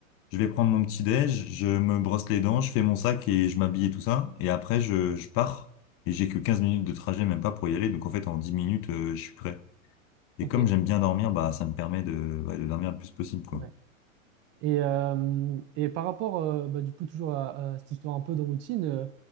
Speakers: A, on the left (about 30°); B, on the right (about 30°).
A: je vais prendre mon petit déj, je me brosse les dents, je fais mon sac et je m'habille et tout ça. Et après, je, je pars. Et j'ai que 15 minutes de trajet, même pas pour y aller. Donc, en fait, en 10 minutes, euh, je suis prêt. Et
B: Ok.
A: comme j'aime bien dormir, bah, ça me permet de, ouais, de dormir le plus possible, quoi.
B: Ouais. Et, euh, et par rapport, euh, bah, du coup, toujours à, à cette histoire un peu de routine, euh,